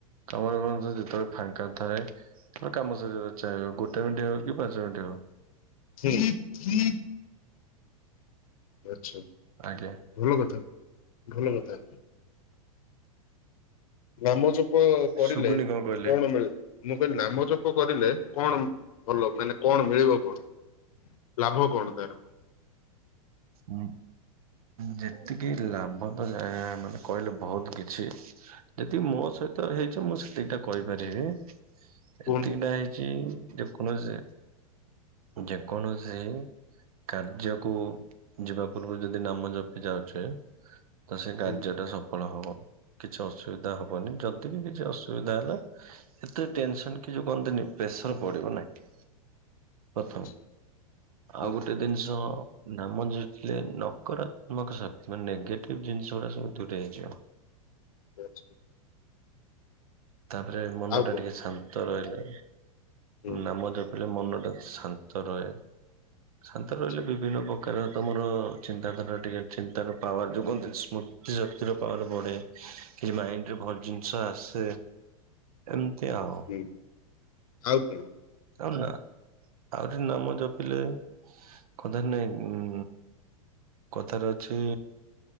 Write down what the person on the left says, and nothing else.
ହୁଁ ହୁଁ। ଆଛା।
ଭଲ କଥା ଭଲ କଥା। ନାମ ଜପ କରିଲେ
କଣ ମିଳେ? ମୁଁ କହିଲି ନାମ ଜପ କରିଲେ କଣ ଭଲ ମାନେ କଣ ମିଳିବ କଣ? ଲାଭ କଣ ତାର?
କୁହନ୍ତୁ?
ହୁଁ
ଆଚ୍ଛା ହୁଁ
ଆଚ୍ଛା।
ଆଉ କଣ
ହୁଁ
ଆଚ୍ଛା
ହୁଁ ଆଉ କଣ?